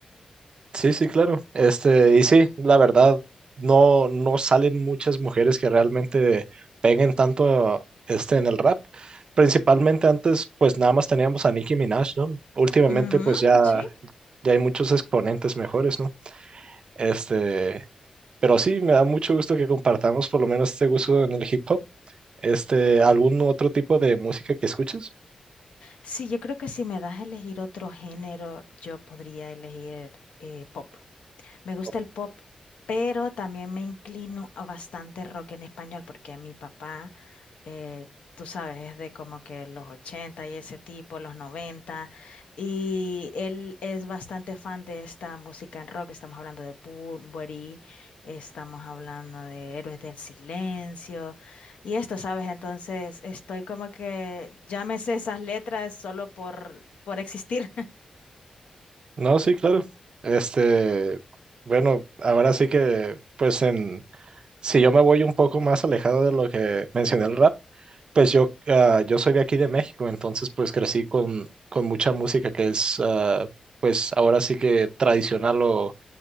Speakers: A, on the right; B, on the left.
A: Sí, sí, claro. Este, y sí, la verdad no, no salen muchas mujeres que realmente peguen tanto este en el rap. Principalmente antes, pues nada más teníamos a Nicki Minaj, ¿no? Últimamente,
B: Ujú,
A: pues ya
B: sí.
A: ya hay muchos exponentes mejores, ¿no? Este, pero sí, me da mucho gusto que compartamos por lo menos este gusto en el hip hop. Este, ¿algún otro tipo de música que escuches?
B: Sí, yo creo que si me das a elegir otro género, yo podría elegir eh, pop. Me gusta
A: Ok.
B: el pop, pero también me inclino a bastante rock en español porque mi papá, eh, tú sabes, es de como que los 80 y ese tipo, los 90, y él es bastante fan de esta música en rock. Estamos hablando de Bunbury, estamos hablando de Héroes del Silencio y esto, ¿sabes? Entonces estoy como que ya me sé esas letras solo por, por existir.
A: No, sí, claro. Este, bueno, ahora sí que, pues en si yo me voy un poco más alejado de lo que mencioné el rap, pues yo, ah, yo soy de aquí de México, entonces pues crecí con, con mucha música que es ah, pues ahora sí que tradicional o